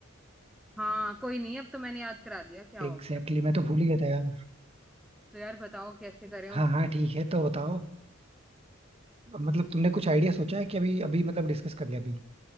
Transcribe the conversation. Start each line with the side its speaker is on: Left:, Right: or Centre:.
Centre: हाँ कोई नहीं अब तो मैंने याद करा दिया क्या
Right: एग्जैक्टली
Centre: हो गया
Right: exactly, मैं तो भूल ही गया था यार
Centre: तो यार बताओ कैसे करें
Right: हाँ
Centre: उस
Right: हाँ ठीक है तो बताओ मतलब तुमने कुछ आइडिया सोचा है कि अभी अभी मतलब डिस्कस कर लिया अभी